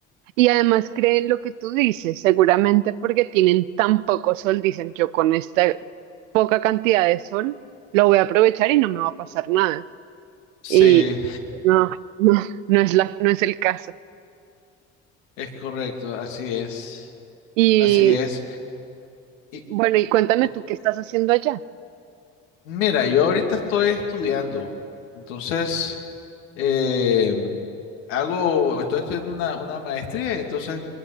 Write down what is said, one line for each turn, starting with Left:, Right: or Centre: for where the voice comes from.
Right: Y además creen lo que tú dices, seguramente porque tienen tan poco sol, dicen yo con esta poca cantidad de sol lo voy a aprovechar y no me va a pasar nada.
Left: Sí,
Right: Y no, no, no es la, no es el caso.
Left: es correcto, así es,
Right: Y
Left: así es. Y
Right: bueno, y cuéntame
Left: co-
Right: tú qué estás haciendo allá.
Left: mira, yo ahorita estoy estudiando, entonces... eh, hago, estoy estudiando una, una maestría y entonces